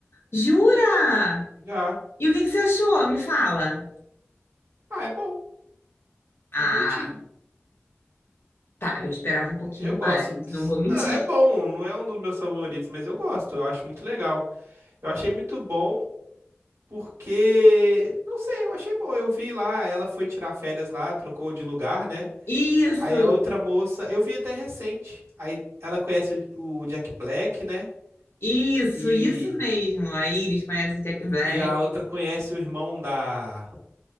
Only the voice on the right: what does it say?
Já.
Ah, é bom.
É bonitinho.
Eu gosto.
<laughs>
Não, é bom. Não é um dos meus favoritos, mas eu gosto. Eu acho muito legal. Eu achei muito bom Porque, não sei, eu achei bom. Eu vi lá, ela foi tirar férias lá, trocou de lugar, né?
Aí a outra moça, eu vi até recente. Aí ela conhece o o Jack Black, né?
E,
e a outra conhece o irmão da,